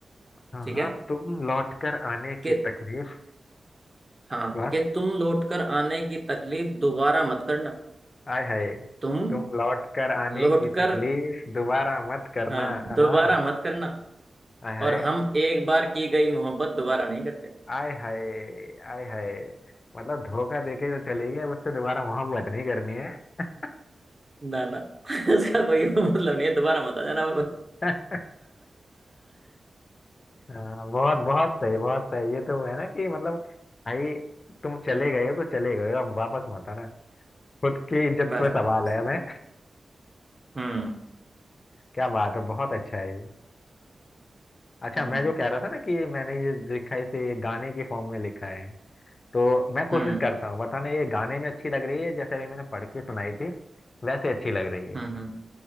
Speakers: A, on the left; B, on the right.
A: हाँ
B: ठीक
A: हाँ
B: है
A: तुम लौट कर आने की
B: कि
A: तकलीफ
B: हाँ
A: वाह
B: कि तुम लौट कर आने की तकलीफ दोबारा मत करना
A: आय हाय
B: तुम
A: तुम लौट कर आने
B: लौटकर
A: की तकलीफ दोबारा मत करना
B: हाँ दोबारा
A: हाँ
B: मत करना
A: आय हाय
B: और हम एक बार की गई मोहब्बत दोबारा नहीं करते
A: आय हाय आय हाय मतलब धोखा देके जो चली गई अब उससे दोबारा मोहब्बत नहीं करनी है
B: ना ना <laughs> उसका कोई मतलब नहीं है दोबारा मत आ जाना बाबा
A: <laughs> हाँ बहुत बहुत सही बहुत सही ये तो है ना कि मतलब भाई तुम चले
B: हम्म,
A: गए हो तो चले गए हो अब वापस मत आना खुद की इज्जत
B: बस
A: का
B: बस
A: सवाल
B: बस
A: है मैं
B: हम्म
A: क्या बात है बहुत अच्छा है ये अच्छा
B: हम्म
A: मैं जो कह रहा था ना कि मैंने ये लिखा है इसे गाने के फॉर्म में लिखा है तो मैं कोशिश
B: हम्म
A: करता हूँ बताना ये गाने में अच्छी लग रही है जैसे अभी मैंने पढ़ के सुनाई थी वैसे अच्छी लग रही है
B: हम्म हम्म